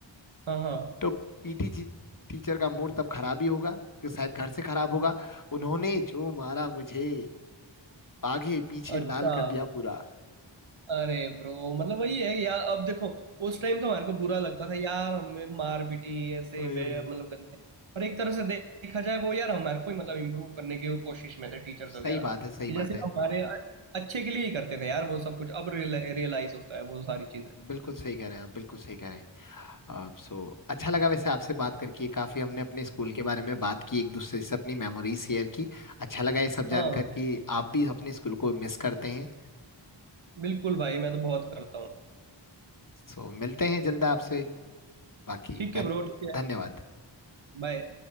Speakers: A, on the right (about 85°); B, on the left (about 45°).
A: हाँ हाँ
B: तो पीटी टीचर का मूड तब खराब ही होगा कि शायद घर से खराब होगा उन्होंने जो मारा मुझे आगे पीछे
A: अच्छा
B: लाल कर दिया पूरा
A: अरे ब्रो मतलब वही है यार अब देखो उस टाइम तो हमारे को बुरा लगता था यार हमें मार पीटी ऐसे
B: ओए
A: बे-
B: ओए ओए।
A: मतलब गंदे और एक तरह से दे- देखा जाए वो यार हमारे को ही मतलब इम्प्रूव करने की कोशिश में थे टीचर्स
B: सही
A: वगैरह
B: बात है सही
A: कि
B: बात
A: जैसे
B: है
A: हमारे अच्छे के लिए ही करते थे यार वो सब कुछ अब रियल, रियलाइज होता है वो सारी चीजें
B: बिल्कुल सही कह रहे हैं आप बिल्कुल सही कह रहे हैं आप सो अच्छा लगा वैसे आपसे बात करके काफी हमने अपने स्कूल के बारे में बात की एक दूसरे से अपनी मेमोरीज शेयर की अच्छा लगा ये सब जानकर
A: हाँ ब्रो
B: कि आप भी अपने स्कूल को मिस करते हैं
A: बिल्कुल भाई मैं तो बहुत करता हूँ
B: सो मिलते हैं जल्द आपसे बाकी
A: ठीक
B: धन
A: है ब्रो ठीक है
B: धन्यवाद
A: बाय